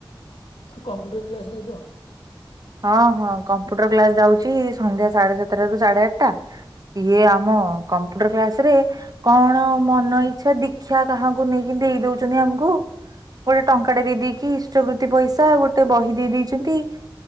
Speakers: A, on the left; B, on the right.
A: କମ୍ପ୍ୟୁଟର କ୍ଲାସ ଯାଉଛ।
B: ହଁ ହଁ କମ୍ପୁଟର କ୍ଲାସ ଯାଉଛି ସନ୍ଧ୍ୟା ସାଢେ ସାତଟା ରୁ ସାଢେ ଆଠଟା ସିଏ ଆମ କମ୍ପୁଟର କ୍ଲାସ ରେ କଣ ମନ ଇଚଛା ଦୀକ୍ଷା କାହାକୁ ନେଇକି ଦେଇ ଦଉଛନ୍ତି ଆମକୁ ଗୋଟେ ଟଙ୍କା ଟା ଦେଇ ଦେଇେଇକି ଇଷ୍ଟ ବୃତ୍ତି ପଇସା ଗୋଟେ ବହି ଦେଇ ଦେଇେଇଛନ୍ତି।